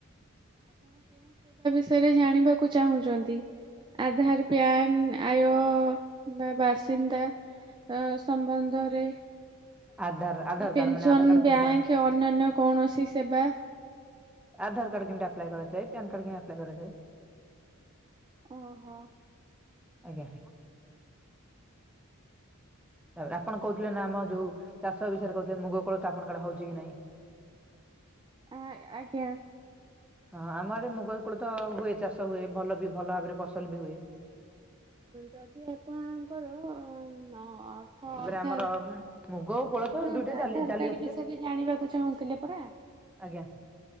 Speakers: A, on the right; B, in the centre.
A: ବିଷରେ ଜାଣିବାକୁ ଚାହୁଁଛନ୍ତି ଆଧାର ପ୍ୟାନ ଆୟୋ ବା ବାସିନ୍ଦା ଆ ସମ୍ବନ୍ଧରେ
B: ଆଧାର ଆଧାର କାର୍ଡ
A: ପେନସନ୍
B: ମାନେ ଆଧାର କାର୍ଡ କେମିତି
A: ବ୍ୟାଙ୍କ ଅନ୍ୟାନ୍ୟ କୌଣସି ସେବା
B: ଆଧାର କାର୍ଡ କେମିତି ଅପ୍ଲାଏ କରାଯାଏ, ପ୍ୟାନ୍ କାର୍ଡ କେମିତି ଅପ୍ଲାଏ କରାଯାଏ?
A: ହଁ
B: ଆଜ୍ଞା ଆପଣ କହୁଥିଲେ ନା ଆମର ଚାଷ ବିଷୟରେ ମୁଗ କୋଳଥ ଆପଣଙ୍କର ହଉଛି କି ନାହିଁ?
A: ଆ ଆଜ୍ଞା।
B: ଆମ ପଟେ ମୁଗ, କୋଳଥ ଭଲ ଚାଷ ହୁଏ
A: ଯଦି ଆପଣଙ୍କର ଅ, ଅର୍ଥ ଅଧା
B: ଆମର ମୁଗ ଓ କୋଳଥ
A: ଶୁଣନ୍ତୁ
B: ଦୁଇଟି
A: ଆଧାର
B: ଡାଲି ଜାତୀୟ
A: କାର୍ଡ ବିଷୟରେ
B: ଫସଲ ହୁଏ
A: ଜାଣିବାକୁ ଚାହୁଁଥିଲେ ପରା
B: ଆଜ୍ଞା